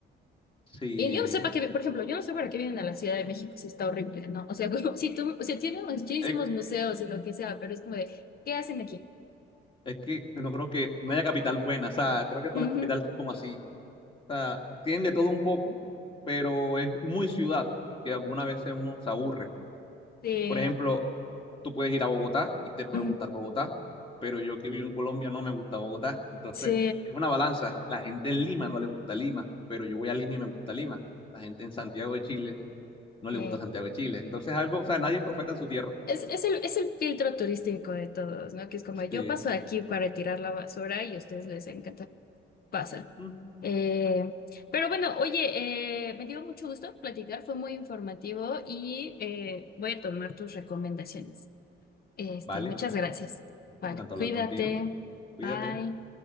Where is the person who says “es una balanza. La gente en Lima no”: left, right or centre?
Left